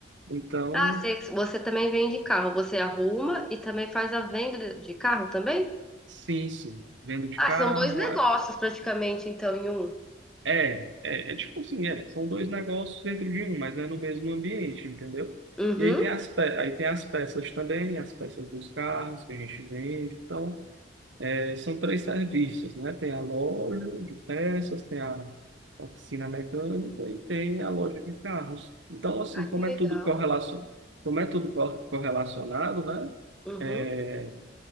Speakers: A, on the right; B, in the centre.
A: Então,
B: Ah, você, você também vende carro, você arruma e também faz a venda de de carro também?
A: sim, sim, vendo de
B: Ah,
A: carro.
B: são dois negócios
A: É,
B: praticamente, então, em um.
A: é, é é tipo assim, é, são dois negócios dentro de um, mas é no mesmo ambiente, entendeu?
B: Uhum.
A: E aí tem as, pe aí tem as peças também, as peças dos carros que a gente vende. Então, São três serviços, né? Tem a loja de peças, tem a oficina mecânica e tem a loja de carros. Então, assim,
B: Ah,
A: como
B: que legal.
A: é tudo correlacionado, como é tudo cor- correlacionado, né?
B: Uhum.
A: É,